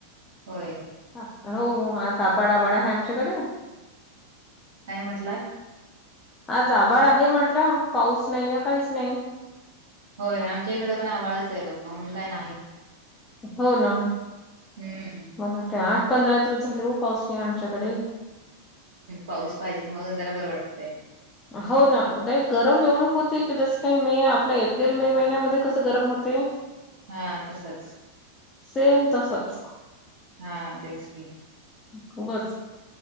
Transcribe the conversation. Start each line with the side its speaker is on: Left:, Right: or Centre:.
Right: होय.
Left: हा. हो. आ चा बडा बडा हाय आमच्याकडे.
Right: काय म्हटलात?
Left: आज आभाळ आहे म्हटलं. पाऊस नाही ना, काहीच नाही.
Right: होय. आमच्या इकडे पण आभाळचय बघा. ऊन काय नाही.
Left: हो, ना.
Right: हम्म.
Left: बघा की, आठ पंधरा दिवस झाले ओ. पाऊस नाही आमच्याकडे.
Right: पाऊस पाहिजे. मगच जरा बरं वाटतंय.
Left: हो ना. लय गरम एवढं होतय की, जसं काही मे आपल्या एप्रिल - मे महिन्यामध्ये कसं गरम होतय <inaudible>
Right: हा, तसच.
Left: सेम तसच.
Right: हा, तेच की.
Left: खूपच.